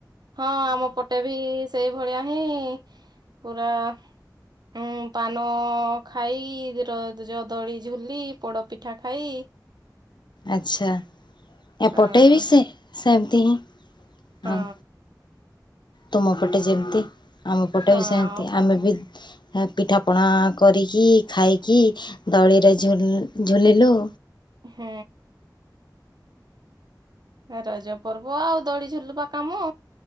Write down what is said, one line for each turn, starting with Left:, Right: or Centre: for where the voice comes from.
Right: ହଁ ଆମ ପଟେ ବି ସେଇ ଭଳିଆ ହିଁ ପୁରା ହଁ, ପାନ ଖାଇ, ରଜ ଦୋଳି ଝୁଲି, ପୋଡ଼ପିଠା ଖାଇ
Left: ଆଚ୍ଛା, ଏ
Right: ହଁ
Left: ପଟେବି ସେ ସେମିତି
Right: ହଁ।
Left: ଆଉ ତୁମ ପଟେ ଯେମିତି ଆମ ପଟେ
Right: ହଁ
Left: ବି ସେମତି। ଆମେ ବି ପିଠାପଣା କରିକି, ଖାଇକି, ଦୋଳିରେ ଝୁ ଝୁଲିଲୁ।
Right: ହୁଁ। ରଜ ପର୍ବ ଆଉ ଦୋଳି ଝୁଲିବା କାମ।